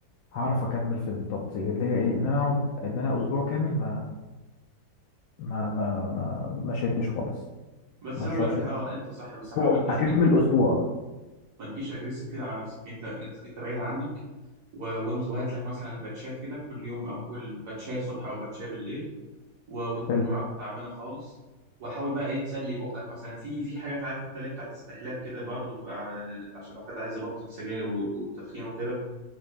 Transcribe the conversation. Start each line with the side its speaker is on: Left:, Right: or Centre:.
Left: هعرف اكمل في التبطيل اللي هي ايه ان انا اقعد ان انا اسبوع كامل ما ما ما ما ما شدش خالص
Right: بس زي
Left: ما اشربش
Right: ما بقول لك اه انت صح بس
Left: اسبوع
Right: حاول ما تجيش
Left: اكمل اسبوع
Right: ما تجيش اجريسيف كده على نفسك انت انت بعيد عنك و- وامس- وهات لك مثلا باتشات كده كل يوم او كل باتشايه الصبح او باتشايه بالليل و- وتكون
Left: حلو
Right: جرعتها تعبانه خالص وحاول بقى ايه تسلي بقك مثلا في في حاجات عارف انت اللي هي بتاعت استحلاب كده برضه بتبقى على ال- عشان لو حد عايز يبطل سجاير و- وتدخين وكده